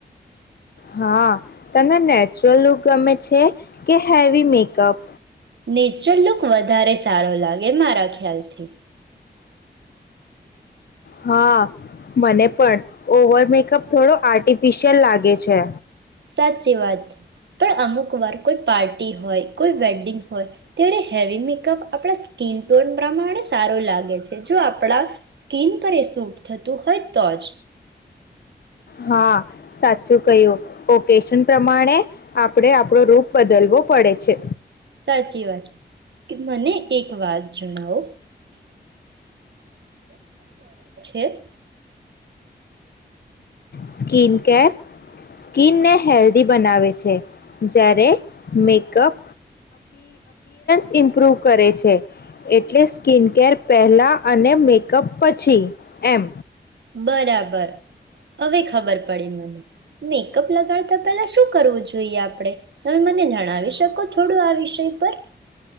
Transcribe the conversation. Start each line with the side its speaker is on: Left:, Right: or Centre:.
Left: હા તને નેચરલ લુક ગમે છે, કે હેવી મેકઅપ.
Right: નેચરલ લુક વધારે સારો લાગે મારા ખ્યાલથી.
Left: હા મને પણ ઓવરમેકઅપ થોડો આર્ટિફિશિયલ લાગે છે.
Right: સાચી વાત છે, પણ અમુક વાર કોઈ પાર્ટી હોય કોઈ વેડિંગ હોય ત્યારે હેવી મેકઅપ આપણા સ્કીિન ટોન પ્રમાણે સારો લાગે છે, જો આપણા સ્કીિન પર એ સૂટ થતું હોય તો જ
Left: હા સાચું <unintelligible> પ્રમાણે આપડે આપડો રૂપ બદલવો પડે છે.
Right: સાચી વાત છે, મને એક વાત જણાવો <unintelligible>
Left: સ્કીિન કેર સ્કીિનને હેલ્ધી બનાવે છે, જ્યારે મેકઅપ <unintelligible> ઇમ્પ્રુવ કરે છે, એટલે સ્કીિનકેર પહેલા અને મેકઅપ પછી એમ.
Right: બરાબર હવે ખબર પડી મને મેકઅપ લગાડતા પેલા શું કરવું જોઈએ આપણેે તમે મને જણાવી શકો થોડું આ વિષય પર